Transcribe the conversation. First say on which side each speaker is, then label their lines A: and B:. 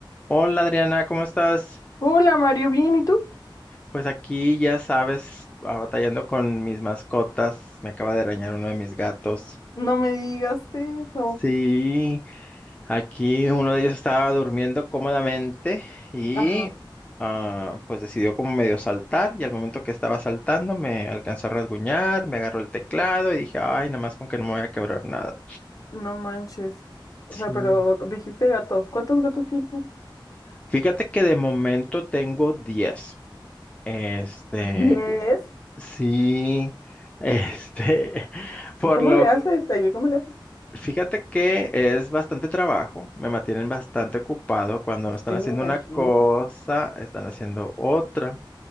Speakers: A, on the left; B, on the left.
A: Hola Adriana, ¿cómo estás?
B: Hola Mario, ¿bien? ¿Y tú?
A: Pues aquí ya sabes, ah, batallando con mis mascotas. Me acaba de arañar uno de mis gatos.
B: No me digas eso.
A: Sí, aquí uno de ellos estaba durmiendo cómodamente y
B: Ajá,
A: ah, pues decidió como medio saltar y al momento que estaba saltando me alcanzó a rasguñar, me agarró el teclado y dije, ay, nada más con que no me voy a quebrar nada.
B: no manches.
A: Sí.
B: O sea, pero dijiste gatos. ¿Cuántos gatos tienes?
A: Fíjate que de momento tengo 10. Este,
B: Diez.
A: Sí, este, <laughs>
B: ¿Y
A: por
B: cómo
A: lo,
B: le haces? Ay, ¿Cómo le haces?
A: fíjate que es bastante trabajo, me mantienen bastante ocupado cuando no están
B: Sí,
A: haciendo
B: me imagino.
A: una cosa, están haciendo otra.